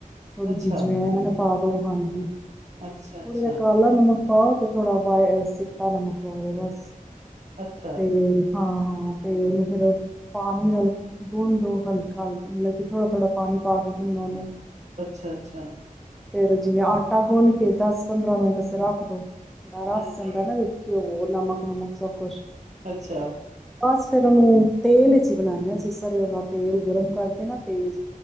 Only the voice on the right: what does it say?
ਅੱਛਾ,
ਅੱਛਾ-ਅੱਛਾ,
ਅੱਛਾ,
ਅੱਛਾ ਅੱਛਾ।
ਹੂੰ
ਅੱਛਾ।